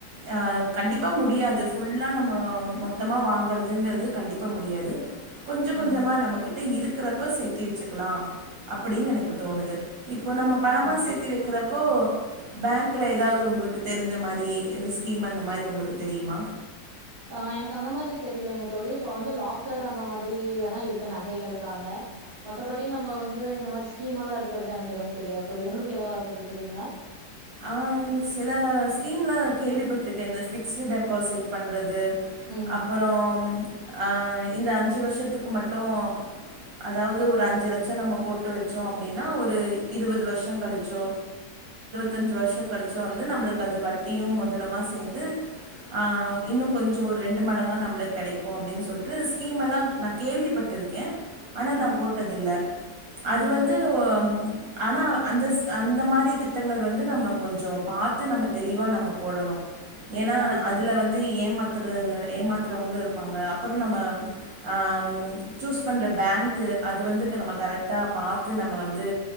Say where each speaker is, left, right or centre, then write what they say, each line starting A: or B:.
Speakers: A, on the right; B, on the right.
A: ஆ கண்டிப்பா முடியாது ஃபுல்லா நம்ம மொ த்தமா வாங்குறதுங்கிறது கண்டிப்பா முடியாது கொஞ்ச
B: ம்
A: கொஞ்சமா நமக்கு தேய் இருக்கிறப்ப சேர்த்தி வச்சுக்கலா அப் அப்படின் எனக்கு தோணுது
B: கண்டிப்பா
A: இப்போ நம்ம பணமா
B: கண்டிப்பா
A: சேர்த்து வெக்கிற ஓ பேங்க்ல எதாவுது உங்குளுக்கு தெரிஞ்ச மாதிரி எந்த ஸ்கீம் அந்த மாரி உங்குளுக்கு தெரியுமா
B: ஆ எனக்கு அந்த மாரி தெரிலிங்க தோழி இப்ப வந்து லாக்கர் அந்த மாதிரி வேணா இருக்கு நகைகள்க்காக மத்தபடி நம்ப வந்து இந்த மாரி ஸ்கீம் எல்லா இருக்கறத எனக்கு எதுவு தெரியாது தோழி உங்குளுக்கு எதா அத பத்தி தெரியுங்களா
A: ஆ சில ஸ்கீம்ல கேள்விப்பட்டு எந்த ஃபிக்ஸட் டெபாசிட் பண் பிரதர்
B: ம்
A: அப்புறோ ஆ இந்த அஞ்சு வர்ஷத்துக்கு மட்டோ அதாவது ஒரு அஞ்சு லட்சம் நம்ம போட்டு வச்சோ அப்டினா ஒரு இருவது வர்ஷோ கழிச்சோ
B: ம்
A: தஞ்சு வர்ஷோ கழிச்சோ வந்து நம்பளுக்கு அது வட்டியு மொதலம்மா சேந்து ஆ இன்னு கொஞ்சோ ஒரு ரெண்டு மடங்கா நம்ளுக்கு கெடைக்கோ அப்டின் சொல்ட்டு ஸ்கீம் எல்லா நா கேள்விப்பட்டிருக்கே ஆனா
B: ம்
A: நா போட்டதில்ல
B: ம்
A: அது வந்து ஒ அம் ஆனா அந்தஸ் அந்த மாரி திட்டங்கள் வ து நம்ம கொஞ்சோ பாத்து நம்ம தெளிவா நம்ம போடணு ஏனா
B: கண்டிப்பா
A: அதுல வந்து ஏமாத் த்துறவுக ஏமாத்துறவுங்களும் இருப்பாங்க அப் புறம் நம்ம
B: ம்
A: ஆம் சூஸ் பண்ற பேங்க்கு அது வந்துக்க நம்ம கரெக்டா பாத்து நம்ம வந்து